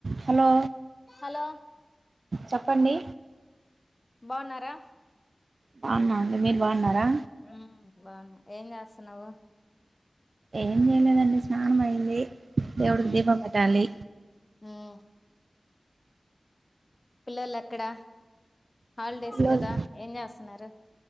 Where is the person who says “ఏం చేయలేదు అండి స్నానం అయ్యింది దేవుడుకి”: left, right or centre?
Right